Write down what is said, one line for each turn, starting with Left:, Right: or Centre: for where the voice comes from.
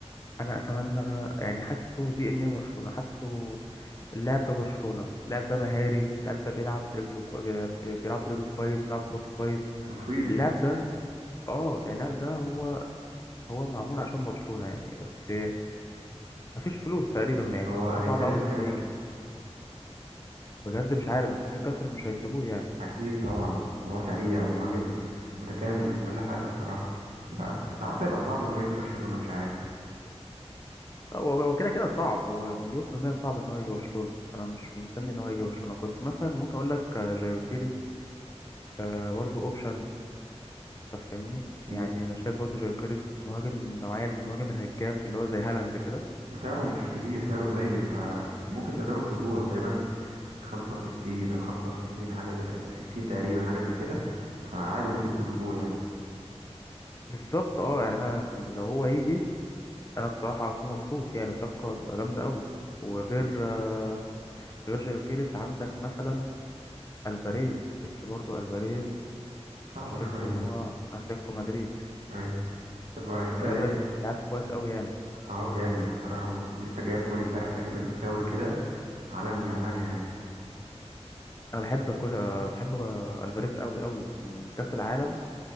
Left: انا اتمنى يعني حاسه دي ان ايه برشلونه حاسه اللاعب ده برشلونه اللاعب ده مهاري اللاعب ده بيلعب برجله كو... بيلعب بيلعب برجله كويس بيلعب براسه كويس
Right: وطويل
Left: اللاعب ده اه يعني اللاعب ده هو هو معمول عشان برشلونه يعني بس مفيش فلوس تقريبا يعني
Right: هو
Left: هتبقى
Right: يكلف
Left: صعب قوي ان
Right: كام
Left: هو يجي بجد مش عارف بس نيوكاسل مش هيسيبوه يعني
Right: اكيد طبعا وهو سريع ومهاجم متكامل من كل حاجه بصراحه ف بس حاسه هيبقى صعب ان هو يجي برشلونه مش عارف
Left: لا هو هو كده كده صعب هو مليون في المية صعب ان هو يجي برشلونة فانا مش مستني ان هو يجي برشلونة كنت مثلا ممكن اقول لك آه، جايو كيريز آه، برضو اوبشن انت فاهمني يعني
Right: مم.
Left: انا شايف برضو جايو كيريز مهاجم من النوعية المهاجم الهجام اللي هو زي هالاند كده
Right: وسعره مش كبير سعره قليل فممكن تقدروا تجيبوه هو تقريبا خمسة وستين أو خمسة وستين حاجة زي ستين تقريبا حاجة زي كده فعادي ممكن تجيبوه يعني
Left: بالظبط اه يعني انا يعني لو هو يجي انا بصراحة هكون مبسوط يعني صفقة هتبقى جامدة قوي وغير آه، غير جايو كيريز عندك مثلا الفاريز بس برضو الفاريز
Right: صعبة
Left: مشكلته
Right: شوية
Left: ان
Right: دي
Left: هو اتلتيكو مدريد
Right: أيوة طب أنت
Left: بس خلي
Right: إيه؟
Left: بالك تمام لعب كويس قوي يعني
Right: اه جامد بصراحة ولسه جايب جون امبارح تقريبا من فاول كده عالمي عالمي يعني
Left: انا بحب كل آه، بحب آه، الفاريز قوي قوي من كاس العالم